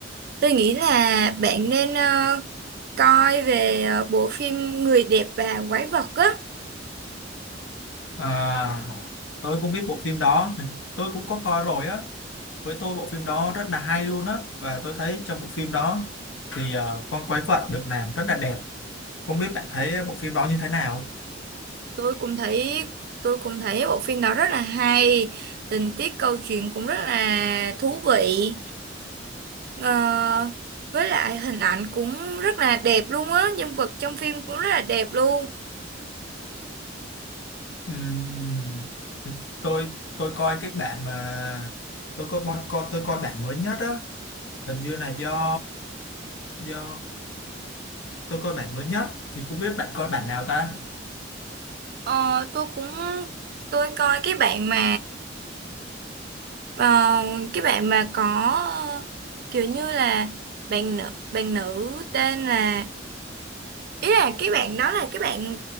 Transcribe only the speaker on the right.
tôi nghĩ là bạn nên ờ, coi về ờ, bộ phim Người đẹp và quái vật á.
Tôi cũng thấy tôi cũng thấy bộ phim đó rất là hay, tình tiết câu chuyện cũng rất là thú vị. Ờ, với lại hình ảnh cũng rất là đẹp luôn á, nhân vật trong phim cũng rất là đẹp luôn.
Ờ, tôi cũng tôi coi cái bạn mà Ờ, cái bạn mà có ờ, kiểu như là bạn nữ bạn nữ tên là ý là cái bạn đó là cái bạn